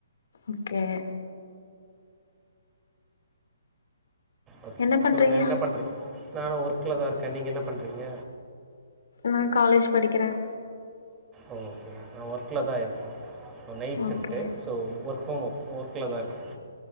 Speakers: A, on the left (about 70°); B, on the right (about 15°).
A: ஓகே
B: ஓகே
A: என்ன பண்றீங்க
B: சொல்லுங்க என்ன பண்றீங்க நான ஒர்க்ல தான் இருக்கேன் நீங்கள் என்ன பண்ணுறீங்க
A: நான் காலேஜ் படிக்கிறேன்
B: ஓ ஓகே நான் ஒர்க்ல தான் இருக்கேன் night shift
A: okay
B: so work from home ஓர்க்ல தான் இருக்கேன்